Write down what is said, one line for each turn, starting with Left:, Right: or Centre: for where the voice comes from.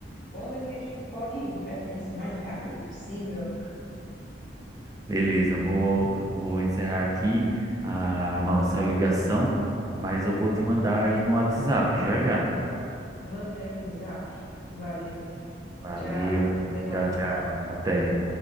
Left: quando é que a gente pode ir, de preferência o mais rápido possível.
Right: Beleza, vou, vou encerrar aqui a nossa ligação, mas eu vou te mandar aí no WhatsApp já já.
Left: Manda aí no zap. Valeu.
Right: Valeu,
Left: Tchau. Até mais.
Right: tchau, tchau, até.